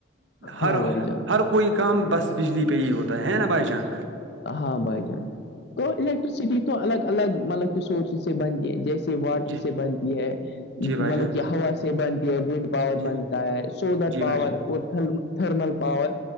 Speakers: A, on the right; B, on the left.
A: ہر
B: ہاں بھائی جان
A: ہر کوئی کام بس بجلی پہ ہی ہوتا ہے نا بھائی جان
B: ہاں بھائی جان تو الیکٹرسٹی تو الگ الگ مطلب کے سورسز سے بنتی ہے جیسے واٹر
A: جی
B: سے بنتی ہے
A: جی
B: مطلب
A: بھائی جان
B: کہ ہوا سے بنتی ہے ونڈ پاور
A: جی
B: بنتا ہے سولر
A: جی
B: پاور
A: بھائی
B: اور تھرمل پا پاور